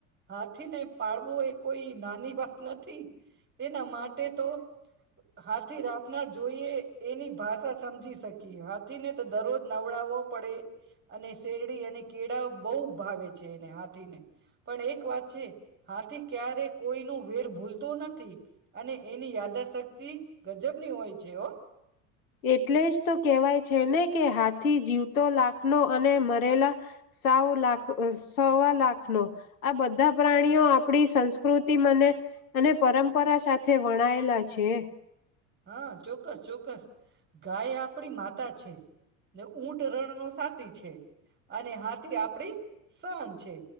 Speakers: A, on the right; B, on the left.
A: હાથીને પાળવો એ કોઈ નાની વાત નથી એના માટે તો હાથથી રાત ના જોઈ એની ભાષા સમજી શકી હાથીને તો દરરોજ નવડાવવો પડે અને શેરડી અને કેળા બહુ વેચે એને હાથ ને પણ એક વાત છે હાથી ક્યારે કોઈનું વેર ભૂલતો નથી. અને એની યાદાશક્તિ ગજબની હોય છે હો.
B: એટલે જ તો કેહેવાય છે ને કે હાથી જીવતો લાખનો અને મરેલા સાવ લાખ સવા લાખનો આ બધા પ્રાણીઓ આપણી સંસ્કૃતિ મને અને પરંપરા સાથે વણાયેલા છે.
A: હા ચોક્કસ ચોક્કસ. ગાય આપડી માતા છે ને ઊંટ રણનો સા છે અને હાથી આપડી સહન છે